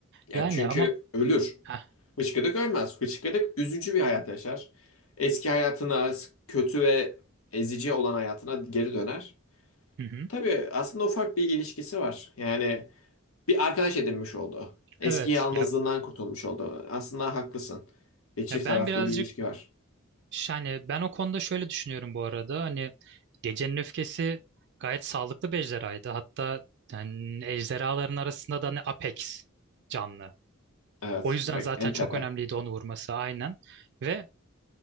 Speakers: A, on the left; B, on the right.
A: Ya
B: Yani
A: çünkü
B: ama
A: ölür.
B: Heh,
A: Hıçkıdık ölmez. Hıçkıdık üzücü bir hayat yaşar. Eski hayatına, kötü ve ezici olan hayatına geri döner.
B: hı hı.
A: Tabii aslında ufak bir ilişkisi var. Yani bir arkadaş edinmiş oldu. Eski
B: Evet
A: yalnızlığından
B: ya
A: kurtulmuş oldu. Aslında haklısın. Ve çift
B: ya
A: taraflı
B: ben birazcık
A: bir ilişki var.
B: Yani ben o konuda şöyle düşünüyorum bu arada. Hani Gecenin Öfkesi gayet sağlıklı bir ejderhaydı. Hatta yani ejderhaların arasında da ne Apex canlı.
A: Evet,
B: O yüzden
A: direkt
B: zaten
A: en
B: çok
A: tepe.
B: önemliydi onu vurması aynen. Ve e,